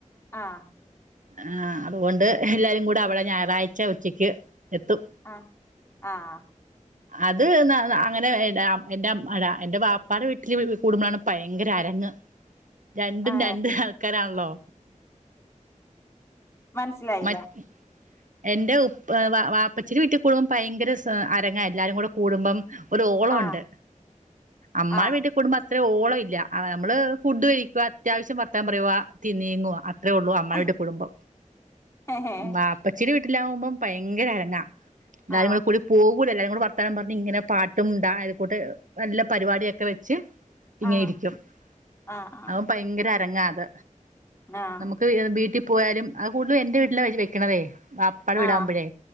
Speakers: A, on the left; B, on the right.
A: ആഹ്
B: ആഹ് അതുകൊണ്ട് എല്ലാരുകൂടെ അവിടെ ഞായറാഴ്ച ഉച്ചയ്ക്ക് എത്തും.
A: ആഹ് ആഹ്
B: അത് എന്നാ അങ്ങനെ എ എൻ്റെ ഉമ്മടെ എൻ്റെ ബാപ്പാടെ വീട്ടില് കൂടുമ്പളാണ് ഭയങ്കര അരങ്ങ്. രണ്ടും
A: ഏ
B: രണ്ട് ആൾക്കാരാണല്ലോ.
A: മനസ്സിലായി.
B: മറ്റ് എന്റെ ഉപ്പ വാപ്പച്ചിടെ വീട്ടിൽ കൂടുമ്പോം ഭയങ്കര അരങ്ങ് എല്ലാരും കൂടെ കൂടുമ്പോ. ഒരു ഓളം
A: ആഹ്
B: ഒണ്ട്, അമ്മാടെ
A: ആഹ്
B: വീട്ടിൽ കൂടുമ്പോ അത്ര. അത്ര ഓളോഇല്ല ആ നമ്മള് ഫുഡ് കഴിക്ക അത്യാവശ്യം വർത്താനം പറയുവ തീ നീങ്ങുവ അത്രേഉള്ളൂ അമ്മയുടെ
A: ആഹ്
B: കുടുംബം
A: ആഹ്
B: മാ ഇപ്പച്ചിടെ വീട്ടിലാകുമ്പം ഭയങ്കര അരങ്ങ എല്ലാരുംകൂടെ
A: ആഹ്
B: കൂടി പോകൂല എല്ലാരും വർ വർത്താനം പറഞ് ഇങ്ങനെ പാട്ടും ഡാൻ അയൽക്കൂട്ട് നല്ല പരിപാടിയൊക്കെ വെച്ച് ഇങ്ങനെ
A: ആഹ്
B: ഇരിക്കുംഅപ്പൊ
A: ആഹ്
B: ഭയങ്കര അരങ്ങാത്
A: ആഹ്
B: ത്, വീട്ടി പോയാലും അത് കൂടുതലും എന്റെ വീട്ടിലാ അവര് വെക്കാതെ വാപ്പാട വിടാകുമ്പോഴേ
A: ആഹ്